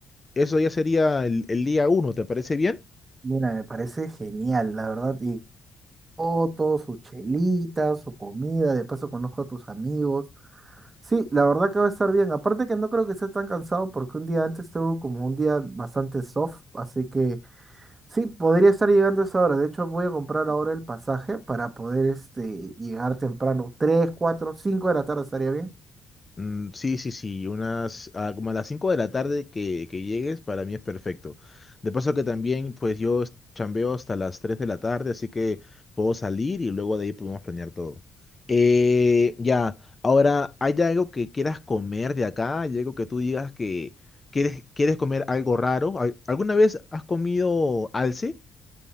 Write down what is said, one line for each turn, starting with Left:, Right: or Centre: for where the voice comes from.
Left: eso ya sería el, el día uno. ¿Te parece bien?
Right: Mira, me parece genial, la verdad. Y fotos, su chelita, su comida, de paso conozco a tus amigos. Sí, la verdad que va a estar bien. Aparte que no creo que esté tan cansado porque un día antes tuve como un día bastante soft, así que Sí, podría estar llegando a esa hora. De hecho, voy a comprar ahora el pasaje para poder este, llegar temprano. 3, 4, 5 de la tarde estaría bien.
Left: Mm, sí, sí, sí, unas, ah, como a las 5 de la tarde que, que llegues, para mí es perfecto. De paso que también, pues yo es- chambeo hasta las 3 de la tarde, así que puedo salir y luego de ahí podemos planear todo. Eh, ya, ahora, ¿hay algo que quieras comer de acá? ¿Hay algo que tú digas que quieres, quieres comer algo raro? ¿Al- ¿Alguna vez has comido alce?